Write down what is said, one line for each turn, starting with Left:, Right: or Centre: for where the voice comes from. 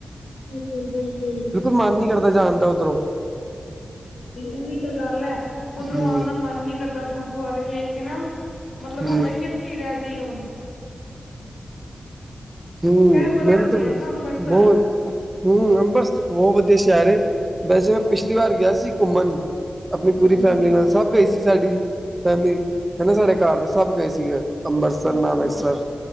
Left: ਬਿਲਕੁਲ ਬਿਲਕੁਲ
Right: ਮਨ
Left: ਉਹੀ
Right: ਨੀ ਕਰਦਾ
Left: ਨਾ।
Right: ਜਾਣ ਦਾ ਉੱਧਰੋਂ
Left: ਉਹੀ ਤਾਂ ਗੱਲ ਹੈ ਉਧਰੋਂ
Right: ਹੂੰ
Left: ਆਉਂਦਾ। ਮਨ ਨੀ ਕਰਦਾ ਗੁਰਦੁਆਰੇ ਵੇਖ ਕੇ ਨਾ ਮਤਲਬ
Right: ਹੂੰ
Left: ਹੁੰਦਾ ਕਿ ਇੱਥੇ ਈ ਰਹਿ ਜਾਈਏ ਹੁਣ।
Right: ਹ
Left: ਸ਼ਹਿਰ ਬੜਾ
Right: ਮੈਨ
Left: ਵਧੀਆ
Right: ਤਾਂ
Left: ਹੈ ਨਾ ਅੰਬਰਸਰ
Right: ਬਹੁਤ <inaudible> ਹਮ ਅੰਬਰਸਰ ਬਹੁਤ ਵਧੀਆ ਸ਼ਹਿਰ ਹੈ ਵੈਸੇ ਮੈਂ
Left: ਹਾਂਜੀ
Right: ਪਿਛਲੀ ਵਾਰ ਗਿਆ ਸੀ ਘੁੰਮਣ। ਆਪਣੀ
Left: ਹਾਂਜੀ
Right: ਪੂਰੀ ਫੈਮਿਲੀ ਨਾਲ ਸਭ ਗਈ ਸੀ ਸਾਡੀ ਫੈਮਿਲੀ ਹਨਾ ਸਾਡੇ ਘਰ ਦੇ ਸਭ ਗਏ ਸੀਗੇ। ਅੰਮਬਰਸਰ
Left: ਹਾਂਜੀ
Right: ਨਾਨਕਸਰ।